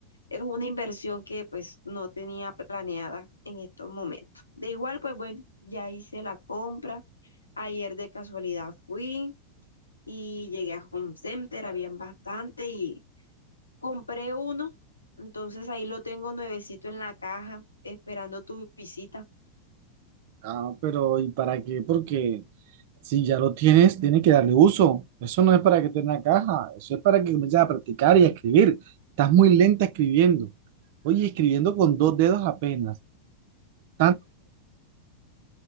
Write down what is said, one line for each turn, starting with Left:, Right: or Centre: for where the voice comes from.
Left: es una inversión que pues no tenía planeada en estos momentos. De igual, pues bueno, ya hice la compra, ayer de casualidad fui y llegué a Home Center, habían bastante y Compré uno, entonces ahí lo tengo nuevecito en la caja, esperando tu visita.
Right: Ah, pero ¿y para qué? Porque si ya lo tienes, tienes que darle uso. Eso no es para que tenga caja, eso es para que comiences a practicar y a escribir. Estás muy lenta escribiendo. Oye, escribiendo
Left: <laughs>
Right: con dos dedos apenas. Tanto,